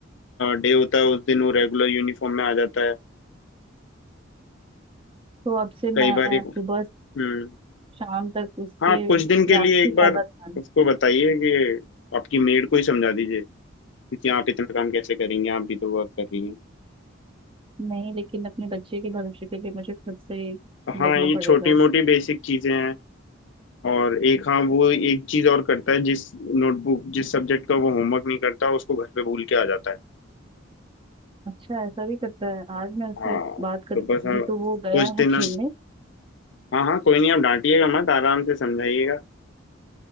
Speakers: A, on the left; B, on the right.
A: डे होता है उस दिन वो रेगुलर यूनिफॉर्म में आ जाता है
B: तो अब से मैं
A: कई बार एक
B: सुबह
A: हम्म
B: शाम तक उस
A: हाँ
B: पे
A: आप कुछ दिन के
B: ज्यादा
A: लिए एक
B: से ज्यादा
A: बार
B: ध्यान
A: उसको बताइए कि आपकी मेड को ही समझा दीजिए क्योंकि आप इतना काम कैसे करेंगे आप भी तो वर्क कर रही हैं
B: नहीं लेकिन अपने बच्चे के भविष्य के लिए मुझे खुद से ही
A: हाँ
B: लगना
A: ये
B: पड़ेगा
A: छोटी मोटी बेसिक चीजें हैं और एक हाँ वो एक चीज और करता है जिस नोटबुक जिस सब्जेक्ट का वो होमवर्क नहीं करता उसको घर पे भूल के आ जाता है
B: अच्छा ऐसा भी करता है आज मैं उससे
A: हाँ
B: बात कर
A: तो बस
B: अभी
A: हाँ,
B: तो वो गया
A: कुछ दिन
B: है खेलने
A: हाँ हाँ कोई नहीं आप डांटिएगा मत आराम से समझाइएगा